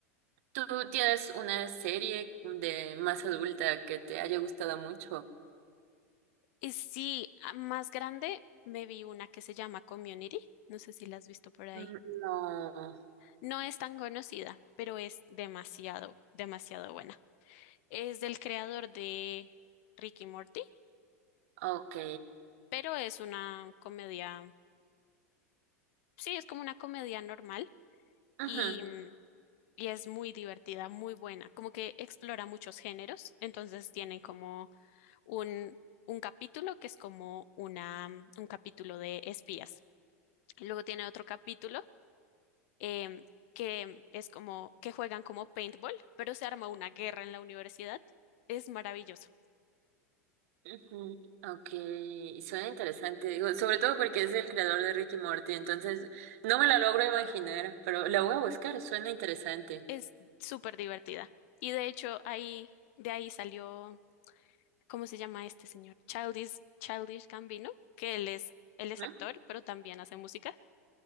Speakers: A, on the right (about 60°); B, on the left (about 60°).
A: ¿Tú tienes una serie de más adulta que te haya gustado mucho?
B: Y sí, a- más grande me vi una que se llama Community. No sé si la has visto por ahí.
A: Mm, No.
B: No es tan conocida, pero es demasiado, demasiado buena. Es del creador de Ricky Morty,
A: Ok.
B: pero es una comedia, sí, es como una comedia normal
A: Ujú.
B: y, mm, y es muy divertida, muy buena, como que explora muchos géneros, entonces tienen como un, un capítulo que es como una, mm, un capítulo de espías. Y luego tiene otro capítulo em, que es como que juegan como paintball, pero se arma una guerra en la universidad. Es maravilloso.
A: Ujú, Ok, suena interesante, digo, sobre todo porque es el creador de Ricky Morty, entonces no me la logro imaginar, pero la voy a buscar, suena interesante.
B: Es súper divertida. Y de hecho, ahí, de ahí salió, ¿cómo se llama este señor? Childish, Childish Gambino, que él es, él es
A: ¿no?
B: actor, pero también hace música.